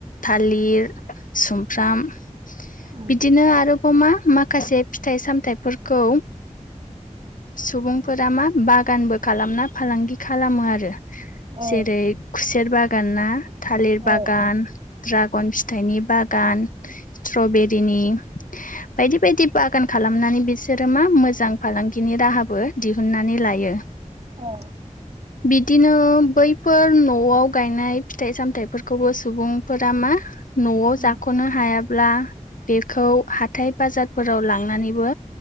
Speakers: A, on the left; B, on the right.
A: थालिर, सुमफ्राम
B: उम
A: बिदिनो आरोबाव मा माखासे फिथाइ सामथायाइफोरखौ सुबुंफोरा मा बागानबो खालामना फालांगि खालामो आरो।
B: औ
A: जेरै खुसेर बागान ना थालिर
B: औ
A: बागान
B: औ
A: द्राग गन फिथाइनि बागान स्ट्रबेरिनि बायदि बायदि बागान खालामनानै बिसोरो मा मोजां फालांगिनि राहा बो दिहुननानै लायो।
B: औ
A: बिदिनो बैफोर न'आव गायनाय फिथाइ सामथायाइफोरखौबो सुबुंफोरा मा न'आव
B: उम
A: जाख'नो हायाब्ला बेखौ हाथाय बाजारफोराव लांनानैबो